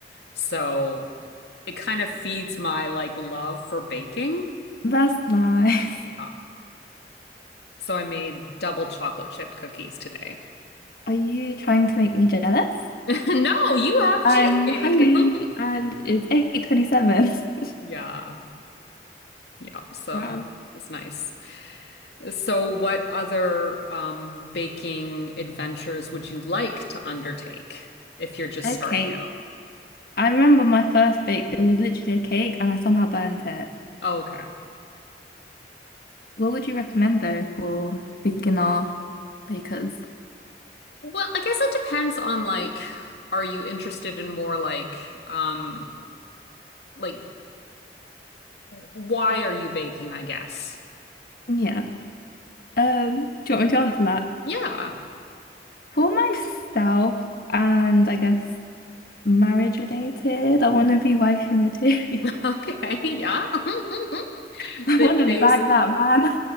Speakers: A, on the left (about 70°); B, on the left (about 55°).
A: so it kind of feeds my like love for baking.
B: That's nice.
A: Yeah. So I made double chocolate chip cookies today.
B: <laughs> Are you trying to make me jealous?
A: <laughs> No, you have
B: I'm
A: cheesecake.
B: hungry
A: <laughs>
B: and it's 8:27. <laughs>
A: Yeah. Yeah. So
B: Wow.
A: it was nice. So, what other um, baking adventures would you like to undertake if you're just
B: A
A: starting
B: cake.
A: out?
B: I remember my first bake, it was literally a cake and I somehow burnt it.
A: Oh, okay.
B: What would you recommend though for beginner bakers?
A: Well, I guess it depends on like, are you interested in more like, um, like why are you baking, I guess.
B: Yeah. Um, do you want me to answer that?
A: Yeah. <laughs>
B: For myself and I guess marriage related, I want to be wifey material.
A: Okay. Yeah. <laughs>
B: <laughs> I
A: They,
B: want to
A: they
B: bag that man.